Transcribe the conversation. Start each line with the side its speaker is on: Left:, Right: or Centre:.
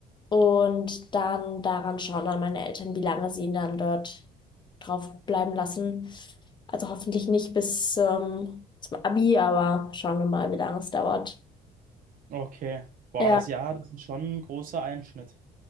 Left: Und dann daran schauen dann meine Eltern, wie lange sie ihn dann dort drauf bleiben lassen. Also hoffentlich nicht bis ähm, zum Abi, aber schauen wir mal, wie lange es dauert.
Right: Okay. Boah,
Left: Ja,
Right: das Jahr, das ist schon ein großer Einschnitt.